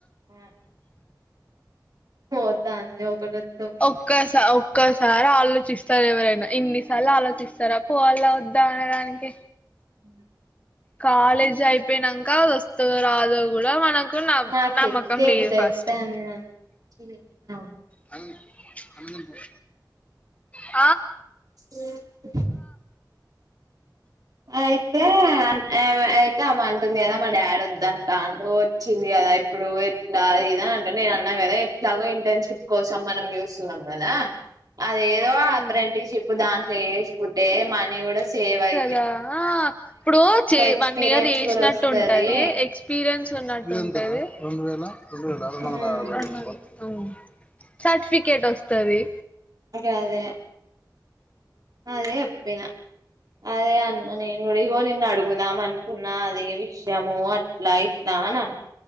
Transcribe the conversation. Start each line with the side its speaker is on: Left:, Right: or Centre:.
Right: ఆ పోతంది ఒకటాత్
Left: ఒక్కస ఒక్కస్ సార ఆలోచిస్తర్ ఎవరైనా ఇన్నిసార్లు ఆలోచిస్తరా పోవళ వద్దా అనడానికి
Right: ఉ
Left: కాలేజ్ అయిపేయినంక అద్ వస్తదో రాదో కూడా మనక్ కు నబ్
Right: నాకు
Left: నమ్మకం
Right: ఎత్తే
Left: లేద్
Right: బుద్ధి
Left: ఫస్టు
Right: అయితాంది అంత పిచ్చి లేత్తాంది
Left: భగ్ వతి <unintelligible>
Right: అఓ <unintelligible> అయితే అన్ యావ అయితే అమా అంటుంది కదా మా డాడ్ వద్దంటాండు ఓచ్చింది ఇగ కదా ఇప్పుడు ఎట్లా ఇద్ అని అంటుంది నేను అన్నా కదా ఎట్లాగో ఇంటర్న్ షిప్ కోసం మనం చూస్తున్నాం కదా అదేదో
Left: హ్మ్
Right: అప్రెంటి షిప్ దాంట్లో ఎసుకుంటే మనీ కూడా సేవై
Left: గా ఆ ఇప్పుడు చే
Right: ఎక్స్పీరియన్స్
Left: వన్ ఇయర్ జేష్
Right: కూడా
Left: నట్టు
Right: వస్తది
Left: ఉంటది ఎక్స్ పిరియన్స్ తున్నట్టు ఉంటది రొండు వేల రొండోందాల
Right: మ్మ్
Left: రొండోందల్ హ్మ్ సర్ట్ ఫికేటోస్తది
Right: గదే అదే చెప్పిన అదే అన్న నేను కూడా ఇగో నిన్ అడుగుదాం అనుకున్నా అదే విష్ యము అట్లా ఇట్లా అనన్